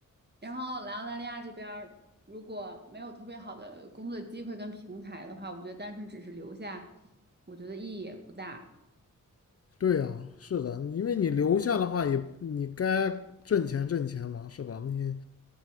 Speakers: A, on the right; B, on the left.
A: 然后来澳大利亚这边儿，如果没有特别好的工作机会跟平台的话，我觉得单纯只是留下，我觉得意义也不大。
B: 对呀，是的，因为你留下的话也，你该挣钱挣钱嘛，是吧？你